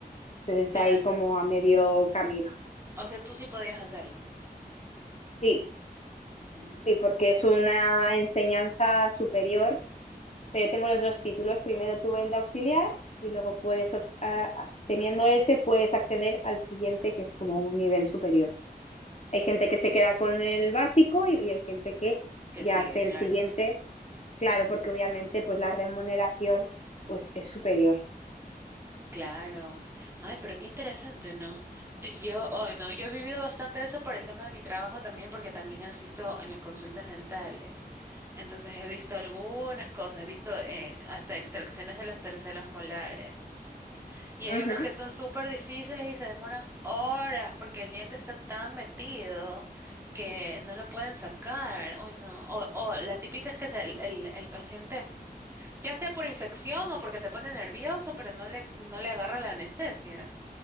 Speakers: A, on the left (about 45°); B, on the right (about 15°).
A: Entonces está
B: Claro.
A: ahí como a medio camino.
B: O sea, tú sí podías hacerlo.
A: Sí,
B: Mm,
A: sí, porque es una enseñanza superior O sea, yo tengo los dos títulos. Primero tuve el de auxiliar y luego puedes, op- a- a- teniendo ese, puedes acceder al siguiente, que es como un nivel superior. Hay gente que se queda con el básico y, y hay gente que
B: que
A: ya
B: sigue,
A: hace
B: claro.
A: el siguiente. Claro, porque obviamente pues la remuneración pues es superior.
B: Claro. Ay, pero qué interesante, ¿no? Y Yo, ay, no, yo he vivido bastante eso por el tema de mi trabajo también, porque también asisto en las consultas dentales. Entonces he visto algunas cosas, he visto eh, hasta extracciones de los terceros molares. Y hay
A: Ujú,
B: unos que son súper difíciles y se demoran horas porque el diente está tan metido que no lo pueden sacar. Uy, no. O, o la típica es que se- el, el- el paciente, ya sea por infección o porque se pone nervioso, pero no le, no le agarra la anestesia.